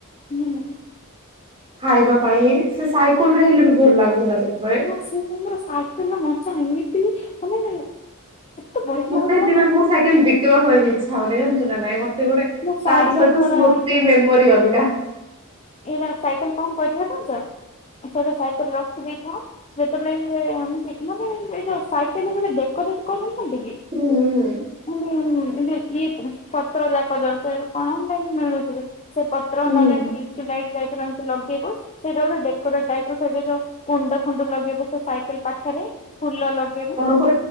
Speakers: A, on the left; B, on the right.
A: ହୁଁ।
B: ଖାଇବା ପାଇଁ ସେ ସାଇକେଲ ରେ ହେଲେ ବି ଭଲ ଲାଗୁଥିଲା ସେତେବେଳେ।
A: ସେ ସମୟରେ ସାଇକେଲ ର ମଜା ଏମିତି ବି ମାନେ ଏତେ ବଢିଆ
B: ମତେ
A: ଲାଗୁଥିଲା
B: ସେଥିପାଇଁ ମୋ ସାଇକେଲ ବିକିବା ପାଇଁ ଵି ଇଛା ହଉନି ଜାଣିଛୁ ନା ନାଇଁ ମତେ ଗୋଟେ
A: ମୁଁ ସାଇକେଲ
B: ତାର ସହିତ
A: ପରା
B: ସ୍ମୃତି ମେମୋରି ଅଲଗା।
A: ଏଇଟା ସାଇକେଲ କଣ କରିବ ଜାଣିଛ ସେଟା ସାଇକେଲ ରଖି ଦେଇଥା ଯେତେବେଳେ ମାନେ ଏ ଯୋଉ ସାଇକେଲ ରେ ଗୋଟେ ଡେକୋରେଟ କରୁଛନ୍ତି କି।
B: ହୁଁ ହଁ <inaudible>
A: ହୁଁ ଇଏ ପତ୍ର ଯାକ ଯାଉଛ କଣ ପାଇଁ ମିଳୁଛି ସେ ପତ୍ର
B: ହୁଁ
A: ନହେଲେ ଏମିତି ନାଇଁ ସେ ପୁରା ଏମିତି ଲଗେଇବ ସେଇଟା ଗୋଟେ ଡେକୋରେଟ ଟାଇପର ସେଟ ଯୋଉ କୁଣ୍ଡ ଫୁଣ୍ଡ ଲଗେଇବ ସେ ସାଇକେଲ ପାଖରେ ଫୁଲ ଲଗେଇବୁ।
B: ୟୁଟୁବ